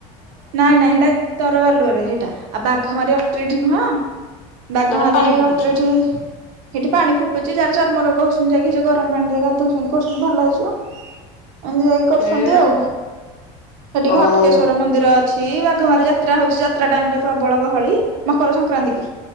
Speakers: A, on the right; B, on the left.
A: ନାଇଁ ନାଇଁ ସେଇଟା ତର ବାଲୁଅରେ ସେଇଟା ଆଉ ବାଘ ମାରି ଅଟ୍ରିଠି ନୁହଁ। ବାଘ
B: ଏଟା
A: ମାରିକି
B: ପାଣି ଫୁଟୁଛି।
A: ଅଟରଠି ସେଠି ପାଣି ଫୁଟୁଛି ଯାହାର ଚର୍ମରୋଗ ହୋଇଛି ସେ ଗରମ ପାଣି ଯାଇ ଗାଧଉଛନ୍ତି କହୁଛନ୍ତି ଭଲ ହେଇଯିବ। ଏମିତି ଯାଇକି କରୁଛନ୍ତି
B: ହୁଁ
A: ଆଉ ସେଠିକି
B: ହଉ
A: ହଟକେଶ୍ଵର ମନ୍ଦିର ଅ ଅଛି ବାଘମାରୀ ଯାତ୍ରା ହଉଛି ଯାତ୍ରା ଟାଇରେ ପ୍ରବଳ ଗହଳି ମକର ସଂକ୍ରାନ୍ତି କି।